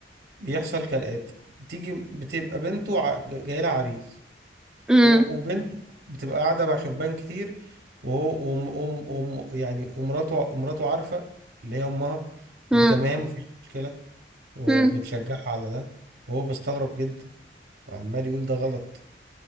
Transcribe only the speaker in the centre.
مم.
مم.
مم.